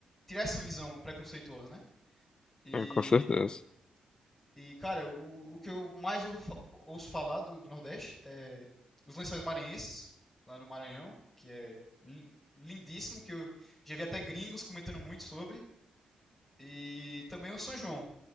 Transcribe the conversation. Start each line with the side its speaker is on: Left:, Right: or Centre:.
Centre: tirar essa visão preconceituosa, né? E,
Left: É, Com certeza.
Centre: e cara, o, o que eu mais ouvo fa- ouço falar do, do Nordeste é os lençóis maranhenses, lá no Maranhão, que é li- lindíssimo, que eu já vi até gringos comentando muito sobre, e também o São João.